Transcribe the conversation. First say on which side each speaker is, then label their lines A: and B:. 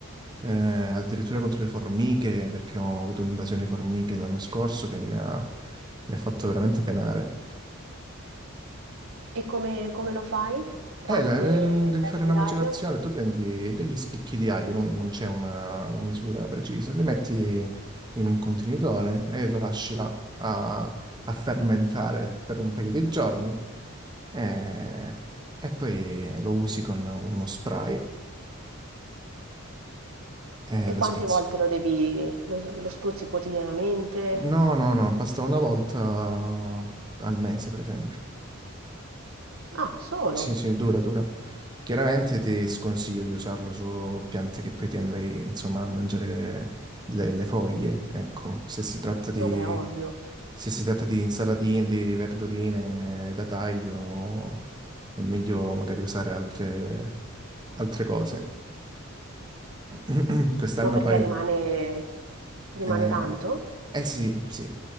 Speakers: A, on the right (about 20°); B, on the right (about 85°).
A: eh, addirittura contro le formiche, perché ho avuto invasione di formiche l'anno scorso che mi ha, mi ha fatto veramente penare.
B: E come, come lo fai? Quante
A: Eh, la- ehm, devi
B: teste
A: fare una
B: d'aglio?
A: macerazione, tu prendi degli spicchi di aglio, non, non c'è una, una misura precisa, li metti in un contenitore e lo lasci là a, a fermentare per un paio di giorni eh, e poi lo usi con uno spray. Eh,
B: E
A: lo
B: quante
A: spruzzi.
B: volte lo devi, lo, lo spruzzi quotidianamente?
A: No, no, no, basta una volta al mese, per esempio.
B: Ah, solo?
A: Sì, sì, dura, dura. Chiaramente ti sconsiglio di usarlo su piante che poi ti andrei, insomma, a mangiare le, le- le foglie, ecco. Se si tratta di,
B: Vabbè, ovvio.
A: se si tratta di insalatine, di verdurine da taglio, è meglio magari usare altre, altre cose. <clears throat> Quest'anno
B: Ma perché
A: poi...
B: rimane, rimane
A: Eh,
B: tanto?
A: eh sì, sì.